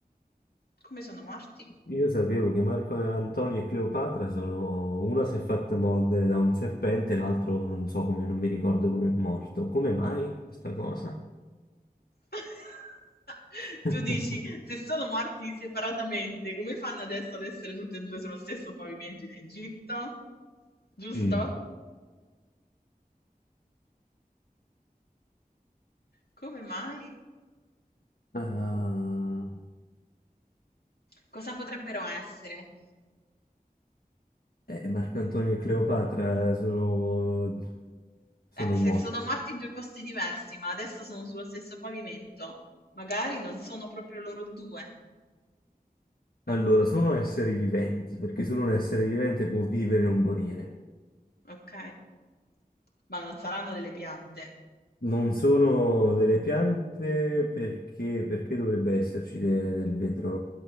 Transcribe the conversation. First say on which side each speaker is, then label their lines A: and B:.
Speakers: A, on the left; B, on the left.
A: Come sono morti?
B: Io sapevo che Marco Antonio e Cleopatra sono... Una si è fatta mordere da un serpente, l'altro non so come, non mi ricordo come è morto. Come mai questa cosa?
A: <laughs>
B: <laughs>
A: Tu dici: "Se sono morti separatamente, come fanno adesso ad essere tutti e 2 sullo stesso pavimento in Egitto?" Giusto?
B: Mm.
A: Come mai?
B: Ah,
A: Cosa potrebbero essere?
B: eh, Marco Antonio e Cleopatra sono, sono
A: Eh, se
B: morti.
A: sono morti in 2 posti diversi, ma adesso sono sullo stesso pavimento, magari non sono proprio loro 2.
B: Allora, sono esseri viventi, perché solo un essere vivente può vivere o morire.
A: ok? Ma non saranno delle piante,
B: Non sono delle piante perché, perché dovrebbe esserci de- del vetro